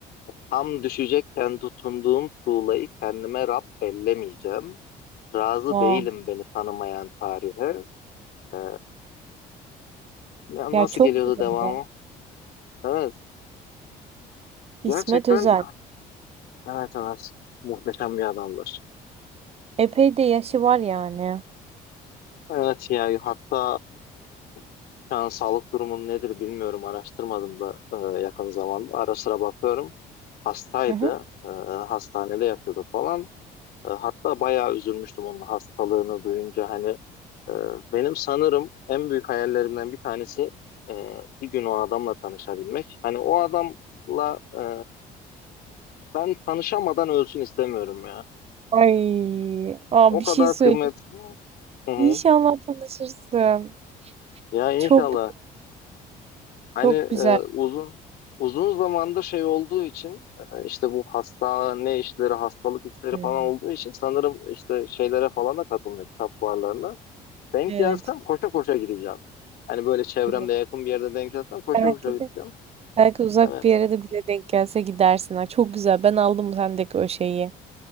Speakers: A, on the left; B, on the right.
A: Tam düşecekken tutunduğum tuğlayı kendime Rab bellemeyeceğim. Razı
B: Wow.
A: değilim beni tanımayan tarihe. Ee, Ya
B: Ya
A: Nasıl
B: çok
A: geliyordu
B: güzel
A: devamı?
B: ya.
A: Evet. Gerçekten
B: İsmet Özel.
A: evet evet. Muhteşem bir adamdır.
B: Epey de yaşı var yani.
A: Evet ya hatta e, şu an sağlık durumu nedir bilmiyorum. Araştırmadım da e, yakın zamanda. Ara sıra bakıyorum. Hastaydı.
B: Hı hı.
A: E, hastanede yatıyordu falan. E, hatta bayağı üzülmüştüm onun hastalığını duyunca. Hani e, benim sanırım en büyük hayallerimden bir tanesi e, bir gün o adamla tanışabilmek. Hani o adamla e, ben tanışamadan ölsün istemiyorum ya.
B: Ay. Aa,
A: O
B: bir
A: kadar
B: şey söyleyeyim.
A: kıymetli. Hı hı.
B: İnşallah tanışırsın.
A: Ya inşallah.
B: Çok
A: Hani
B: çok
A: e,
B: güzel.
A: uzun uzun zamandır şey olduğu için e, işte bu hastane işleri, hastalık işleri
B: Hı
A: falan
B: hı.
A: olduğu için sanırım işte şeylere falan da katılmıyor kitap fuarlarına. Denk
B: Evet.
A: gelsem koşa koşa gideceğim. Hani böyle çevremde
B: Bilmiyorum.
A: yakın bir yerde denk gelsem koşa
B: Belki
A: koşa gideceğim.
B: de belki uzak
A: Evet.
B: bir yere de bile denk gelse gidersin. Ha, çok güzel. Ben aldım sendeki o şeyi.